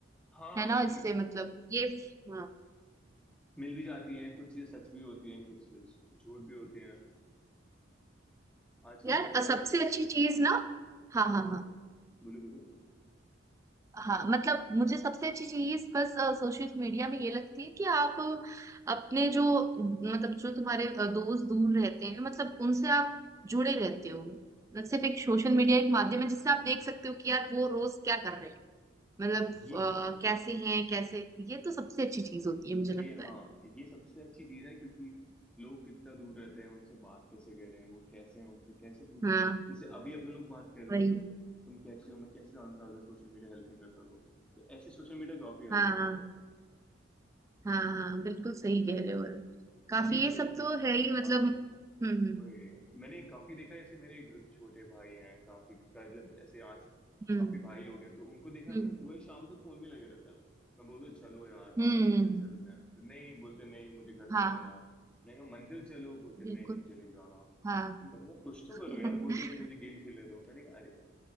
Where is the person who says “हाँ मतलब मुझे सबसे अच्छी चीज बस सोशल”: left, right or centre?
Right